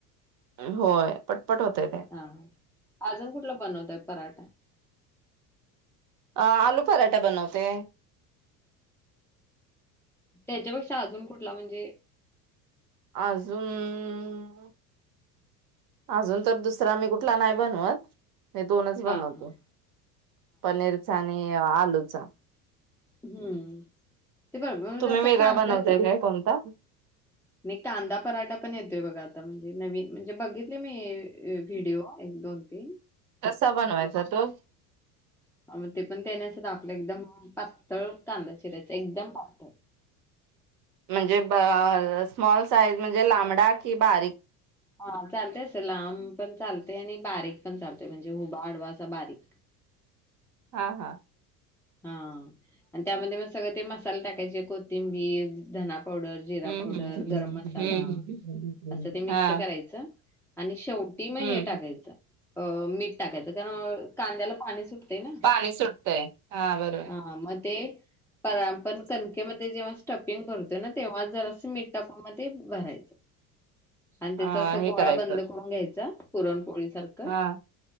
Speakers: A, on the right; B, in the centre.
A: होय पटपट होतय ते
B: हा अजून कुठला बनवताय पराठा
A: अ आलू पराठा बनवते
B: त्याच्यापेक्षा अजून कुठला म्हणजे
A: आजून आजून तर दुसरा मी कुठला नाही बनवत हे दोनच बनवतो
B: हा हा
A: पनीरचा आणि आलूचा
B: हू ते भरपूर
A: तुम्ही
B: होत
A: वेगळा
B: कांद्याच
A: बनवताय काय कोणता
B: नई कांदा पराठा पण येतोय बघा आता म्हणजे नवीन म्हणजे बघितले मी व्हिडिओ एक दोन ते
A: कसा बनवायचा तो
B: <inaudible> मग ते पण त्यानी असं दाखवलं एकदम पातळ कांदा चिरायच एकदम पातळ
A: म्हणजे स्मॉल साईज म्हणजे लांबडा की बारीक
B: हा चालतय असं लांब पण चालतय आणि बारीक पण चालतय म्हणजे उभा अडवा असा बारीक
A: हा हा
B: हा आणि त्यामध्ये मग सगळं ते मसाले टाकायचे कोथिंबीर धना पावडर जिरा
A: हम्म
B: पावडर
A: हम्म हम्म
B: गरम मसाला
A: हम्म.
B: असं ते मिक्स
A: हा
B: करायचं आणि शेवटी म
A: हम्म
B: हे टाकायचं अ मीठ टाकायच कारण कांद्याला पाणी सुटतय ना
A: पाणी सुटतय हा बरं
B: हा म ते परा आपण कणकेमध्ये जेव्हा स्टपिंग भरतोय ना तेव्हा जरास मीठ टाकून म ते भरायच आणि त्याच
A: अ
B: अस
A: हे
B: गोळा
A: करायचं
B: बंद करून घ्यायचा पुरणपोळी सार क
A: हा